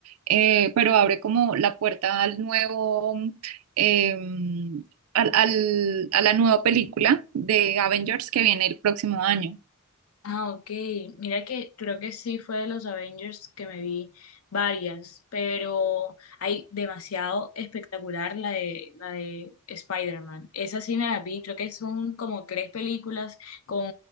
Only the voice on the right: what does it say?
eh, pero abre como la puerta al nuevo, eh, al, al- a la nueva película de Avengers que viene el próximo año.